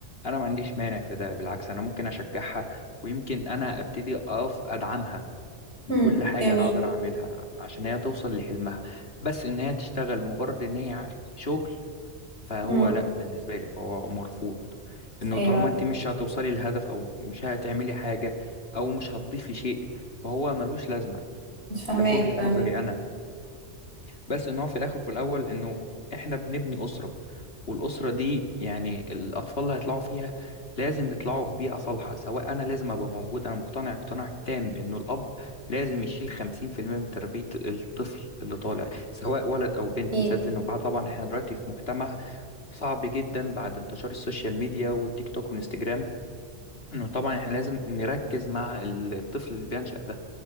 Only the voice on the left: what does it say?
أنا ما عنديش مانع في ده بالعكس أنا ممكن أشجعها ويمكن أنا أبتدي أقف أدعمها بكل
حاجة
أنا أقدر أعملها عشان هي توصل لحلمها بس إن هي تشتغل مجرد إن هي شغل فهو
لأ بالنسبة لي فهو مرفوض إنه
طالما أنت مش هتوصلي للهدف أو مش هتعملي حاجة أو مش هتضيفي شيء فهو ملوش لازمة
ده في وجهة
نظري أنا بس ان هو في الاخر وفي الاول انه احنا بنبني اسره والاسره دي يعني الاطفال اللي هيطلعوا فيها لازم يطلعوا في بيئه صالحه سواء انا لازم ابقى موجود انا مقتنع اقتناع تام انه الاب لازم يشيل 50% من تربيه الطفل اللي طالع سواء ولد او بنت
بالذات انه بعد طبعا احنا دلوقتي في مجتمع صعب جدا بعد انتشار السوشيال ميديا والتيك توك والانستجرام انه طبعا احنا لازم نركز مع الطفل اللي بينشأ ده